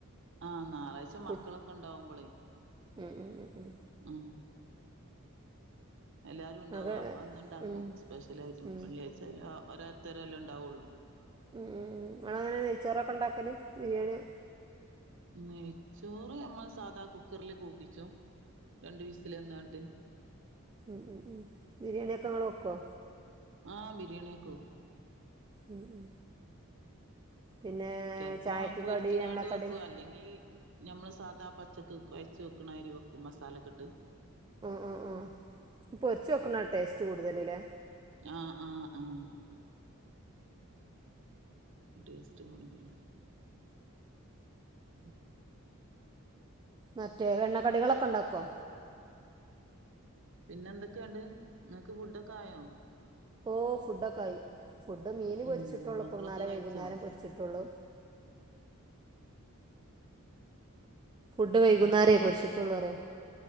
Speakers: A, on the right; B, on the right.
A: ആഹ് ഞായറാഴ്ച
B: കു
A: മക്കളൊക്കെ ഒണ്ടാവുബളേ
B: ഉം ഉം ഉം ഉം
A: ആഹ് എല്ലാരും ഉണ്ടാവും
B: അത്
A: അപ്പം അന്ന്ണ്ടാക്കും
B: ഉം
A: സ്പെഷ്യലായിട്ടും
B: ഉം ഉം
A: വെള്ളിയാഴ്ച <unintelligible> ഒരോത്തരല്ലേ ഇണ്ടാവുള്ളൂ
B: ഉം ഉം ഉം ഇങ്ങളെങ്ങനാ നെയ്ച്ചോറൊക്കെ ഇണ്ടാക്കല് ബിരിയാണിയോ
A: നെയ്ച്ചോറ് നമ്മള് സാധാ കുക്കറിൽ കൂക്കിച്ചും രണ്ട് വിസിലന്നാട്ട്
B: ഉം ഉം ഉം ബിരിയാണിയൊക്കെ ഇങ്ങള് വെക്കോ
A: ആ ബിരിയാണിയൊക്കെ വെക്കും
B: ഉം ഉം പിന്നെ
A: ചെല്പ്പോ
B: ചായക്ക്
A: പൊരിച്ചുകാണ്ട്
B: കടി എണ്ണക്കടി
A: വെക്കു അല്ലെങ്കി ഞമ്മൾ സാധാ പച്ചക്ക് കുഴച്ച് വെക്കണാതിരി വെക്കും മസാലക്കിട്ട്
B: ഉം ഉം ഉം പൊരിച്ച് വെക്കണ ടേസ്റ്റ് കൂടുതല്ല്ലേ
A: ആഹ് ആഹ് ആഹ് ടേസ്റ്റ് കൂടുതലാന്ന് ഉം
B: മറ്റേ വെണ്ണക്കടികളൊക്കെ ഇണ്ടാക്കോ
A: പിന്നെന്തൊക്കെയുണ്ട് ഇങ്ങക്ക് ഫുഡൊക്കായോ
B: ഓഹ് ഫുഡ്ഡൊക്കായി ഫുഡ് മീൻ
A: ഉം
B: പൊരിച്ചിട്ടുള്ളൂ
A: മക്കളൊക്കെ
B: ഇപ്പന്നാരം
A: കഴിച്ചോ
B: വൈകുന്നേരം പൊരിച്ചിട്ടൊള്ളൂ ഫുഡ് വൈകുന്നേരേ
A: മക്കൾ
B: പൊരിച്ചിട്ടുള്ളൂറിയ